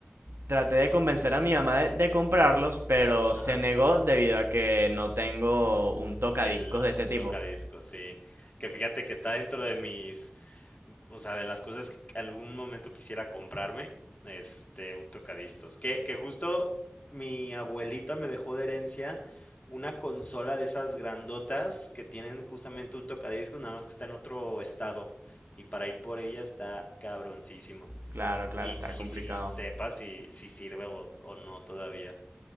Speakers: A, on the right; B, on the left.
A: traté de convencer a mi mamá de, de comprarlos, pero
B: Ajá.
A: se negó debido a que no tengo un tocadiscos
B: El
A: de ese tipo.
B: tocadiscos, sí. Que fíjate que está dentro de mis, o sea, de las cosas que en algún momento quisiera comprarme, este, un tocadiscos. Que, que justo mi abuelita me dejó de herencia una consola de esas grandotas que tienen justamente un tocadiscos, nada más que está en otro estado. Y para ir por ella está cabroncísimo.
A: Claro, claro,
B: Y
A: está
B: que
A: complicado.
B: si sepa si, si sirve o, o no todavía.